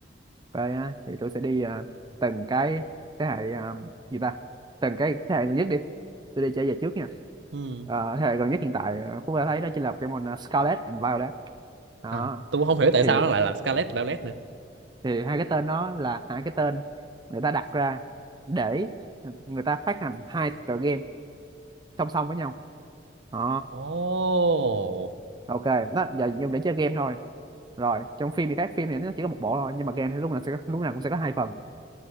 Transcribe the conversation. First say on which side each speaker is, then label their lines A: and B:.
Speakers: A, on the right (about 25°); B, on the right (about 70°).
A: Vậy á, thì tôi sẽ đi à, từng cái thế hệ à, gì ta từng cái thế hệ gần nhất đi tôi đi trở về trước nha
B: ừ.
A: Ờ, thế hệ gần nhất hiện tại à, Phú đã thấy đó chính là Pokemon à, Scarlet and Violet đó
B: à tôi cũng không hiểu tại
A: thì
B: sao nó lại là Scarlet Violet nữa
A: thì hai cái tên đó là hai cái tên người ta đặt ra để người ta phát hành hai tựa game song song với nhau à,
B: Ồ,
A: ok đó giờ dùng để chơi game thôi rồi trong phim thì khác phim thì nó chỉ có một bộ thôi nhưng mà game thì lúc nào sẽ có- lúc nào cũng sẽ có hai phần